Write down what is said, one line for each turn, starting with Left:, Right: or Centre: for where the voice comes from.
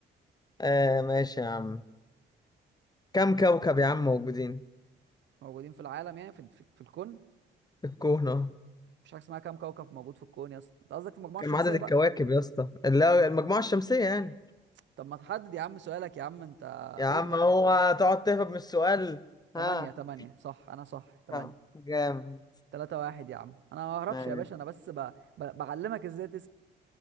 Left: آه ماشي يا عم كم كوكب يا عم موجودين
Right: موجودين في العالم يعني في في, في الكون
Left: في الكون أهو
Right: مفيش حاجة اسمها كام كوكب موجود في الكون يا اسطى انت قصدك في المجموعة
Left: كم
Right: الشمسية
Left: عدد الكواكب
Right: بقى
Left: يا اسطى اللي هو المجموعة الشمسية يعني
Right: طب ما تحدد يا عم سؤالك يا عم انت
Left: يا عم
Right: ايه ده
Left: هو تقعد تهرب من السؤال
Right: تمانية
Left: ها
Right: تمانية صح انا صح تمانية
Left: طب جامد
Right: تلاتة واحد يا عم انا ما ههربش
Left: ماشي
Right: يا باشا انا بس ب... ب... بعلمك ازاي